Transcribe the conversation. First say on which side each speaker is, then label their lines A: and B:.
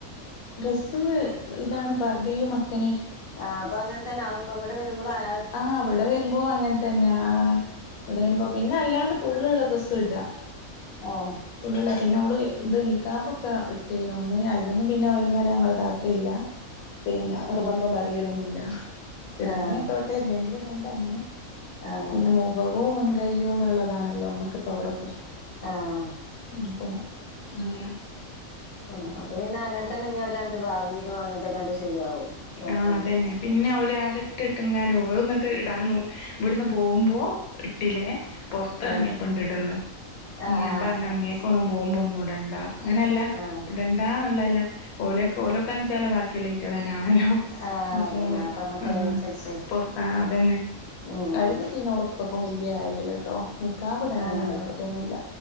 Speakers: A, on the left; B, on the left.
A: ഡ്രസ്സ് ഇതാണ് ഫർഥയും മക്കനേം
B: ആഹ്. പ്പ അങ്ങൻ തന്നെ ആവും. പ്പ ഇവടെ വരുബൊളും ആഹ
A: ആഹ്. അവടെ വരുമ്പോ അങ്ങൻത്തന്നെ. ആഹ് ഇവടെ വരുമ്പോ, പിന്നെ അല്ലാണ്ട് ഫുള്ളുള്ള ഡ്രസ്സ് ഇടാ
B: ആഹ്
A: ഫുള്ളുള്ള. പിന്നെ ഓള് ഇത് നിക്കാബൊക്കെ ഇട്ടീനു. ഒന്ന് അയിലൊന്നും പിന്നെ അങ്ങനെ ഞങ്ങള് ഇതാക്കീല്ല പിന്നെ നിർബന്ധം പറിയലൊന്നുല്ല ഇട്ന്നെ
B: ആഹ്
A: ഇട്ടോട്ടെ. ഇല്ലെങ്കില് ഇടണ്ട അങ്ങനെ.
B: ആഹ്
A: പിന്നെ മോ മുഖവും മുൻ കയ്യും എന്നുള്ളതാണല്ലോ നമ്മക്കിപ്പൊ അവ്റത്ത്.
B: ആഹ്
A: മ്. പ്പോ അങ്ങന
B: മ് അത് പിന്നെ അങ്ങൻതന്നെ ഞ്ഞ് അവരണ്ട് ഭാവീലും അങ്ങൻതന്നെ അത് ശരിയാവും കുഴപ്പല്ലല്ലോ
A: ആഹ് അതന്നെ. പിന്നെ ഓല് ആടെ ട്ട് ട്ട് ഇങ്ങെനെ. ഓള് ട്ട്ന്ന് ഇവട്ന്ന് പോവുമ്പോ ഇട്ടിലേ പൊർത്തറങ്ങിയപ്പണ്ട്
B: ആഹ്
A: ഇടുന്ന്
B: ആഹ്
A: ഞാൻ പറഞ്ഞ
B: ആഹ്
A: അങ്ങേക്കൊന്നും പോവുമ്പോ ഒന്നും ഇടണ്ട അങ്ങനെല്ല.
B: ആഹ്
A: ഇടണ്ടാന്നുള്ളല്ല. ഓലെയ് ഓലോക്കെച്ചാല ബാക്കിള്ളീറ്റങ്ങളെന്നെ ലോ
B: ആഹ്
A: അപ്പോ
B: അതന്നെ അപ്പ നമ്മക്ക്
A: ആഹ്.
B: അതിനനുസരിച്ച്
A: പൊർത്ത ആഹ് അതന്നെ
B: ഉം
A: അയ്ല് പി ന്നെ ഇപ്പപ്പം വല്യ കാര്യല്ലട്ടോ. നിക്കാബ്ടണോ
B: ആഹ്
A: ന്നുള്ള വെർതൊന്നുല്ല